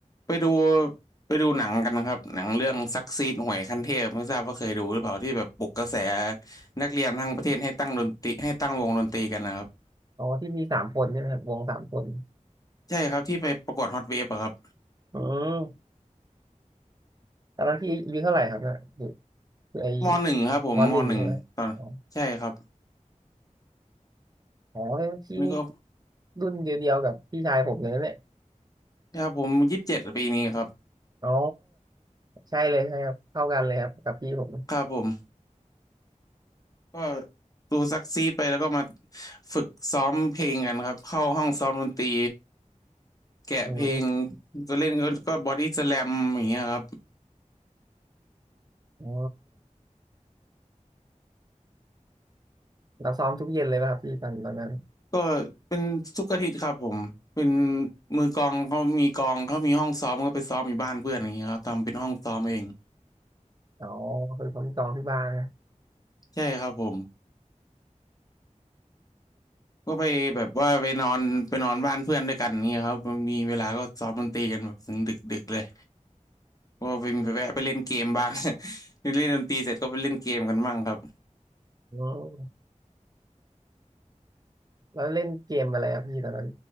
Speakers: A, on the left; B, on the right.
A: ไปดูไปดูหนังกันนะครับหนังเรื่องซักซีดหวยขั้นเทพไม่ทราบว่าเคยดูหรือเปล่าที่แบบปลุกกระแสนักเรียนทั้งประเทศให้ตั้งดนตรีให้ตั้งวงดนตรีกันนะครับ
B: อ๋อที่มีสามคนใช่ไหมครับวงสามคน
A: ใช่ครับที่ไปประกวดฮอตเวฟอะครับ
B: อืมตอนนั้นพี่อายุเท่าไหร่ครับเนี่ยอยู่อยู่ไอ
A: มหนึ่งครับผมมหนึ่งตอนใช่ครับ
B: มหนึ่งใช่ไหมอ๋ออ๋อแล้วพี่นี่
A: นี่ก็
B: รุ่นเดียวๆกับพี่ชายผมเลยนะเนี่ย
A: ครับผมยี่สิบเจ็ดปีนี้ครับ
B: อ๋อใช่เลยใช่ครับเท่ากันเลยครับกับพี่ผม
A: ครับผมก็ดูซักซีดไปแล้วก็มาฝึกซ้อมเพลงกันครับเข้าห้องซ้อมดนตรีแกะเพลง
B: อืม
A: ก็เล่นก็ก็บอดี้สแลมอย่างเงี้ยครับ
B: อ๋อ เราซ้อมทุกเย็นเลยป่ะครับพี่ตอนตอนนั้น
A: ก็เป็นทุกอาทิตย์ครับผมเป็นมือกลองเขามีกลองเขามีห้องซ้อมก็ไปซ้อมอยู่บ้านเพื่อนอย่างเงี้ยครับทำเป็นห้องซ้อมเอง
B: อ๋อคือผมซ้อมที่บ้านนะ
A: ใช่ครับผม ก็ไปแบบว่าไปนอนไปนอนบ้านเพื่อนด้วยกันเนี่ยครับมันมีเวลาก็ซ้อมดนตรีกันแบบถึงดึกดึกเลยก็ไปไปแวะไปเล่นเกมบ้าง <laughs> เล่นดนตรีเสร็จก็ไปเล่นเกมกันบ้างครับ
B: อืมแล้วเล่นเกมอะไรครับพี่ตอนนั้นเ